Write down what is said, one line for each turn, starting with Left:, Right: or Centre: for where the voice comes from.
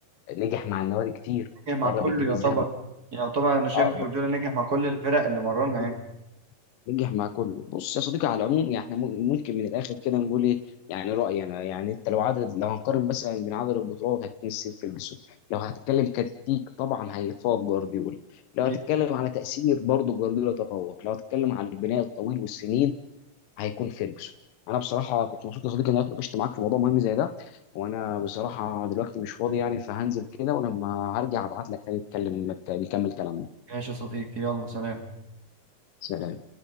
Left: نجح مع النوادي كتير
Right: نجح مع
Left: درب
Right: كله
Left: الجيل
Right: يعتبر
Left: الذهبي
Right: يعني يعتبر انا شايف
Left: اه
Right: جوارديولا نجح مع كل الفرق اللي مرنها
Left: درب
Right: يعني
Left: نجح مع كله بص يا صديقي على العموم يعني احنا مم- ممكن من الاخر كده نقول ايه يعني رايي انا يعني انت لو عدد لو هنقارن مثلا بين عدد البطولات هتمثل في الجسم لو هتتكلم كتكتيك طبعا هيتفوق جوارديولا لو
Right: اكيد
Left: هتتكلم على تاثير برضه جوارديولا تفوق لو هتتكلم على البناء الطويل والسنين هيكون فيرجسون انا بصراحه كنت مبسوط يا صديقي ان انا اتناقشت معاك في موضوع مهم زي ده وانا بصراحه دلوقتي مش فاضي يعني فهنزل كده ولما هرجع ابعت لك تاني نتكلم نكمل كلامنا
Right: ماشي يا صديقي يلا سلام
Left: سلام